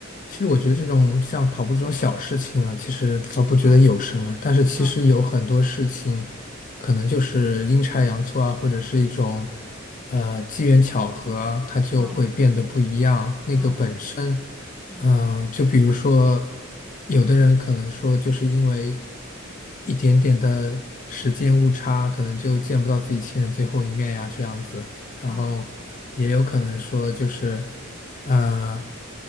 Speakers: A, on the left (about 40°); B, in the centre.
A: 其实我觉得这种像跑步这种小事情啊，其实倒不觉得有什么，
B: 嗯
A: 但是其实有很多事情，
B: 嗯
A: 可能就是阴差阳错啊，或者是一种呃机缘巧合啊，它就会变得不一样。
B: 嗯
A: 那个本身，
B: 嗯嗯
A: 嗯、就比如说，有的人可能说，就是因为一点点的时间误差，可能就见不到自己亲人最后一面呀，这样子。然后也有可能说就是，
B: 嗯
A: 呃，